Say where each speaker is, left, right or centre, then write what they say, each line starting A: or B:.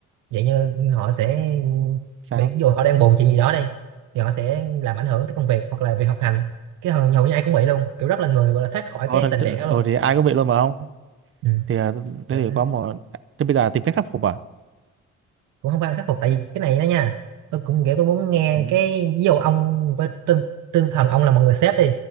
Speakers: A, on the right; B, on the right.
A: dạng như họ sẽ
B: sao
A: bị ví dụ họ đang buồn chuyện gì đó đi thì họ sẽ làm ảnh hưởng tới công việc hoặc là việc học hành cái hầu, hầu như ai cũng bị luôn kiểu rất là người gọi là thoát khỏi
B: ờ,
A: cái
B: thật-
A: tình trạng đó
B: ờ
A: luôn
B: thì ai cũng bị luôn mà không
A: ừ.
B: thì ờ, thế
A: kiểu
B: thì có một thế bây giờ tìm cách khắc phục à
A: cũng không phải là khắc phục tại vì cái này đó nha tôi cũng nghĩ tôi muốn nghe
B: ừ,
A: cái ví dụ ông với tinh, tinh thần ông là một người sếp đi